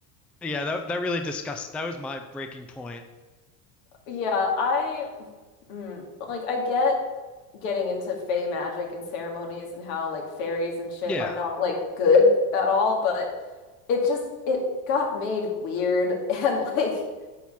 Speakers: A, in the centre; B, on the left.
A: yeah that that really disgust that was my breaking point
B: Yeah, I, mm, like, I get getting into fey magic and ceremonies and how like fairies and shit
A: yeah
B: are not like good at all, but it just, it got made weird <laughs> and like,